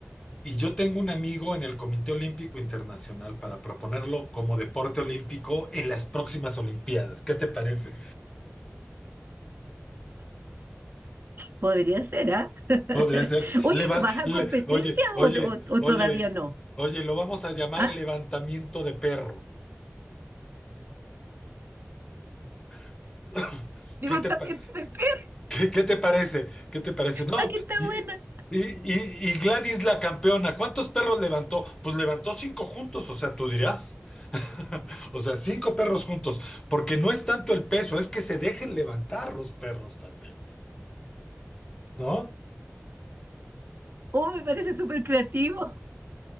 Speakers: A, on the left; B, on the right.
A: Y yo tengo un amigo en el Comité Olímpico Internacional para proponerlo como deporte olímpico en las próximas Olimpiadas. ¿Qué te parece?
B: Podría ser, ¿ah? <laughs>
A: Podría ser.
B: Oye,
A: leva-
B: ¿y ¿tú vas a
A: le-
B: competencias
A: oye, oye,
B: o, o- o
A: oye,
B: todavía no?
A: oye, lo vamos a llamar
B: ¿Ah?
A: levantamiento de perro. <coughs> <laughs> ¿Qué
B: Levantamiento
A: te parece?
B: de pesas,
A: ¿Qué, qué te parece? ¿Qué te parece? No,
B: ¡ah, que está
A: y,
B: buena!
A: y, y, y Gladys la campeona, ¿cuántos perros levantó? Pues levantó cinco juntos, o sea, tú dirás. <laughs> O sea, cinco perros juntos, porque no es tanto el peso, es que se dejen levantar los perros también, ¿no?
B: Oh, me parece súper creativo.